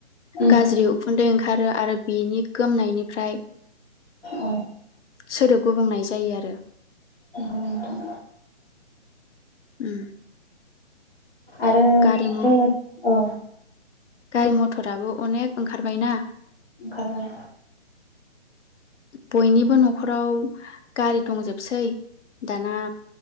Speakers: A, on the left; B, on the left.
A: उम
B: गाज्रि उखुन्दै ओंखारो। आरो बिनि गोमनायनिफ्राय
A: औ
B: सोदोब गुबुंनाय जायो आरो।
A: नंगौ नोंथां
B: उम
A: आरो
B: गारि मथर
A: बुंनो औ
B: गारि मथराबो अनेक ओंखारबाय ना।
A: ओंखारबाय
B: बयनिबो न'खराव गारि दंजोबसै दाना